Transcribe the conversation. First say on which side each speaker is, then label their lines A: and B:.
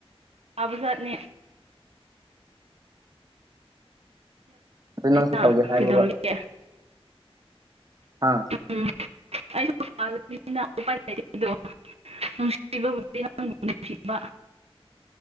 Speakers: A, on the right (about 75°); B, on the right (about 40°).
A: ꯌꯥꯕꯖꯥꯠꯅꯦ
B: ꯑꯗꯨ ꯅꯪꯁꯨ
A: ꯅ
B: ꯇꯧꯒꯦ ꯍꯥꯏꯕ꯭ꯔꯕ
A: ꯀꯩꯗꯧꯔꯤꯒꯦ
B: ꯍꯥ
A: ꯎꯝ ꯑꯩꯁꯨꯅꯤ ꯃꯄꯥꯟ ꯂꯝꯅꯤꯅ ꯂꯩꯇꯦꯗꯨ ꯅꯨꯡꯁꯤꯕꯕꯨꯗꯤ ꯅꯪꯕꯨ ꯅꯨꯡꯁꯤꯕ